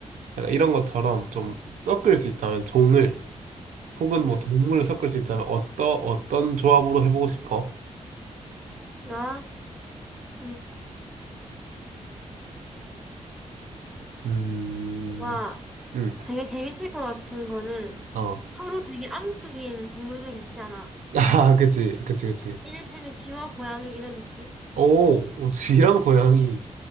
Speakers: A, on the right; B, in the centre.
A: 약간 이런 것처럼 좀 섞을 수 있다면, 종을, 혹은 뭐,
B: 응.
A: 동물을 섞을 수 있다면, 어떠 어떤 조합으로 해보고 싶어?
B: 나? 응.
A: 음,
B: 좋아.
A: 음,
B: 되게 재밌을 것 같은 거는
A: 어.
B: 서로 되게 암숙인 동물들 있잖아.
A: <laughs> 아, 그치, 그치, 그치.
B: 이를테면 쥐와 고양이 이런 느낌?
A: 오, 오, 쥐랑 고양이.